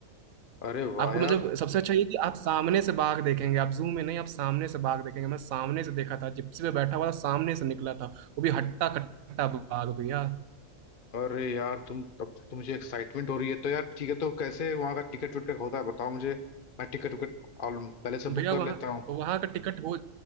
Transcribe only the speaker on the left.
अरे वाह
यार
अरे यार तुम तब तो मुझे एक्साइटमेंट हो रही है तो यार ठीक है तो कैसे वहां का टिकट विकट का होता है बताओ मुझे मैं टिकट विकट पहले से
बुक कर
लेता हूँ